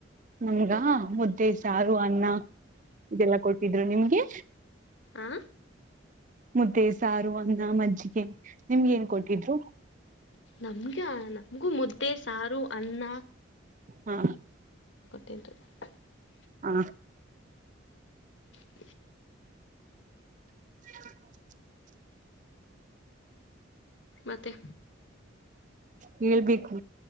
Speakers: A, on the right; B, on the left.
A: ನಮ್ಗ ಮುದ್ದೆ ಸಾರು ಅನ್ನ ಇದೆಲ್ಲಾ ಕೊಟ್ಟಿದ್ರು ನಿಮ್ಗೆ
B: ಆ
A: ಮುದ್ದೆ ಸಾರು ಅನ್ನ ಮಜ್ಜಿಗೆ ನಿಮ್ಗೆ ಏನ್ ಕೊಟ್ಟಿದ್ರು
B: ನಮ್ಗೆ ನಮ್ಗೂ ಮುದ್ದೆ ಸಾರು ಅನ್ನ
A: ಹಾ
B: ಇು
A: ಹಾ
B: ಹ
A: <unintelligible>
B: ಮತ್ತೆ
A: ಹೇಳ್ಬೇಕು